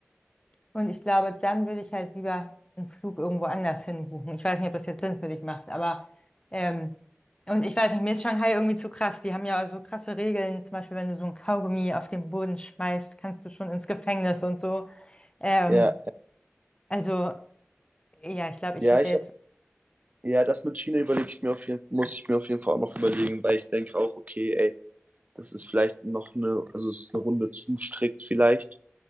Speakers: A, on the left; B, on the right.
A: Und ich glaube, dann würde ich halt lieber einen Flug irgendwo anders hin buchen. Ich weiß nicht, ob das jetzt Sinn für dich macht, aber ähm, und ich weiß nicht, mir ist Shanghai irgendwie zu krass. Die haben ja so krasse Regeln. Zum Beispiel, wenn du so ein Kaugummi auf den Boden schmeißt, kannst du schon ins Gefängnis und so. Ähm,
B: ja,
A: also, ja, ich glaube, ich
B: ja,
A: hätte
B: ich
A: jetzt.
B: hab, ja, das mit China überlege ich mir auf jeden, muss ich mir auf jeden Fall auch noch überlegen, weil ich denke auch, okay, ey, Das ist vielleicht noch eine, also es ist eine Runde zu strikt vielleicht.